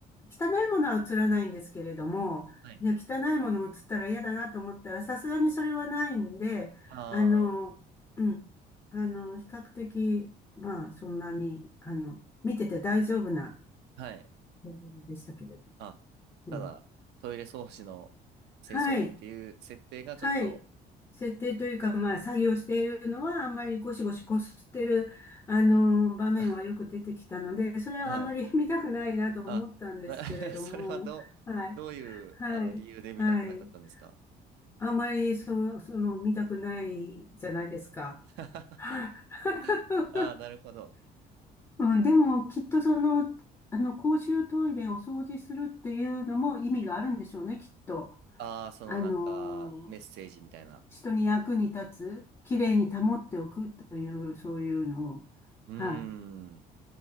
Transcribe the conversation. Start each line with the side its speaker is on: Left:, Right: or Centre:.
Left: 汚いものは映らないんですけれども、
Right: はい。
Left: いや、汚いもの映ったら嫌だなと思ったら、さすがにそれはないんで、
Right: あ
Left: あの、うん。あの、比較的、まあ、そんなに、あの、見てて大丈夫な
Right: あ、はい。
Left: レベルでしたけれど。
Right: あ、
Left: うん。
Right: ただ、トイレ掃除の清掃員っていう設定がちょっと、
Left: はい。はい。設定というか、まあ、作業しているのは、あんまりゴシゴシこすってる、あの、場面はよく出てきたので、
Right: <laughs>
Left: それはあんまり
Right: はい。
Left: <laughs> 見たくないなと思ったんですけれども、
Right: あ、な <laughs>、それはどう、
Left: はい。
Right: どういう、
Left: はい。
Right: あの、理由で見たくなかったんですか
Left: はい。あんまり、その、その、見たくないじゃないですか。
Right: <laughs>
Left: <laughs> はい
Right: ああ、なるほど。
Left: うん、でも、きっとその、あの、公衆トイレを掃除するっていうのも意味があるんでしょうね、きっと。
Right: ああ、そのなんか、
Left: あのー
Right: メッセージみたいな。
Left: 人に役に立つ、きれいに保っておくという、そういうのを、
Right: うー
Left: はい。
Right: ん、